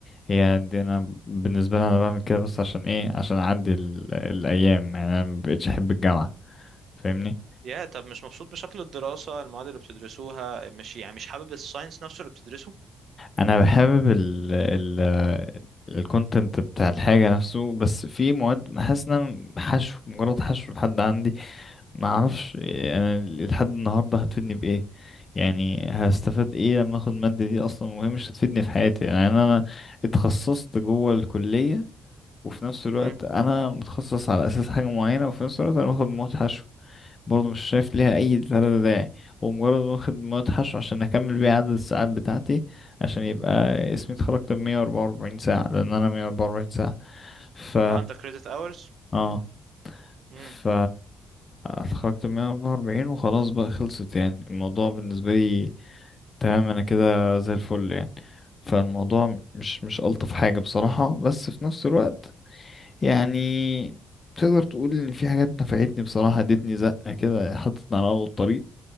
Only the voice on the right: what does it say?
يا طب مش مبسوط بشكل الدراسة المواد اللي بتدرسوها مش يعني مش حابب الساينس نفسه اللي بتدرسه
امم
اه أنت كريدت أورز
امم